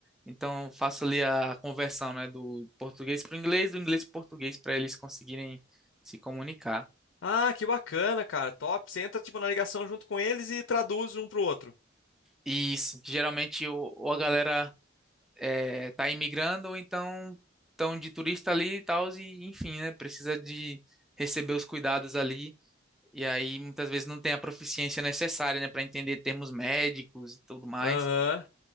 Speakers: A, in the centre; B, on the left.
A: Então eu faço ali a conversão, né, do português para o inglês, do inglês para o português para eles conseguirem se comunicar.
B: Ah, que bacana, cara. Top. Você entra, tipo, na ligação junto com eles e traduz um pro outro.
A: Isso, geralmente o, ou a galera é, tá imigrando ou então estão de turista ali e tal, e enfim, né? Precisa de receber os cuidados ali. E aí muitas vezes não tem a proficiência necessária, né, para entender termos médicos e tudo mais.
B: Aham.